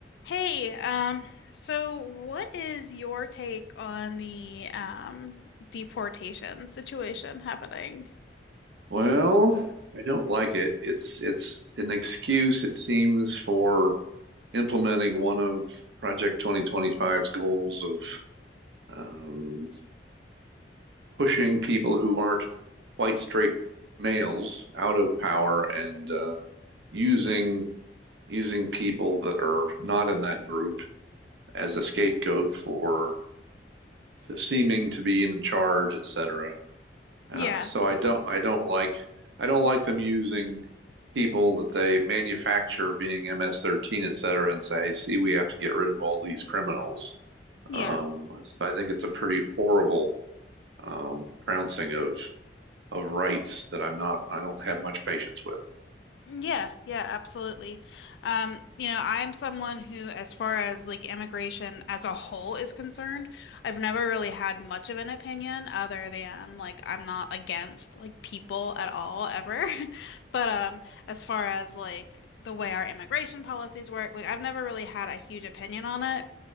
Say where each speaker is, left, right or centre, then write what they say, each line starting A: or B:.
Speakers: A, on the left (about 70°); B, on the right (about 80°).
A: Hey, um, so what is your take on the um deportation situation happening?
B: Well, I don't like it. It's it's an excuse, it seems, for implementing one of Project 2025's goals of um, pushing people who aren't white straight males out of power and uh, using using people that are not in that group as a scapegoat for the seeming to be in charge, etc. Uh,
A: Yeah.
B: so I don't I don't like I don't like them using people that they manufacture being MS-13, et cetera, and say, see, we have to get rid of all these criminals.
A: Yeah.
B: Um, so I think it's a pretty horrible um, trouncing of of rights that I'm not I don't have much patience with.
A: Yeah, yeah, absolutely. Um, you know, I am someone who, as far as like immigration as a whole is concerned, I've never really had much of an opinion other than like I'm not against like people at all ever. <laughs> But um, as far as like the way our immigration policies work, like I've never really had a huge opinion on it